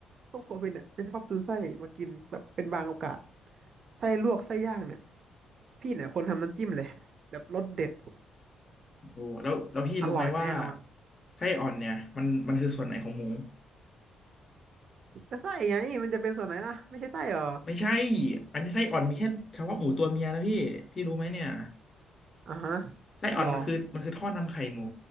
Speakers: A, on the right; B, on the left.
A: พวกครัวเป็นเนี่ยจะชอบซื้อไส้มากินแบบเป็นบางโอกาสไส้ลวกไส้ย่างเนี่ยพี่เนี่ยคนทำน้ำจิ้มเลยแบบรสเด็ด
B: โอ้โหแล้วแล้วพี่รู้ไหมว่า
A: อร่อยแน่นอน
B: ไส้อ่อนเนี่ยมันมันคือส่วนไหนของหมู
A: แต่ไส้ไงมันจะเป็นส่วนไหนล่ะไม่ใช่ไส้เหรอ
B: ไม่ใช่อันนี้ไส้อ่อนมีแค่เฉพาะหมูตัวเมียนะพี่ พี่รู้ไหมเนี่ย
A: อ่าฮะ
B: ไส้อ่อนมันคือมันคือท่อนำไข่หมู
A: หรอ